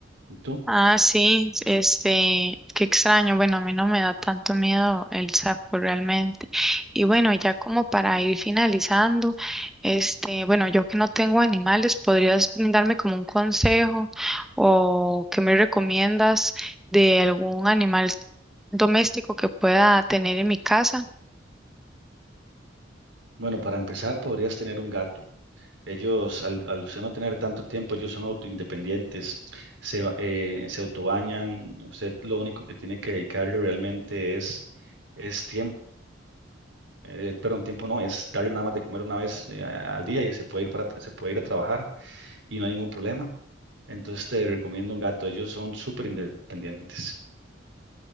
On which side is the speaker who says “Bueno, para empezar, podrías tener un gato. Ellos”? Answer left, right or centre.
Right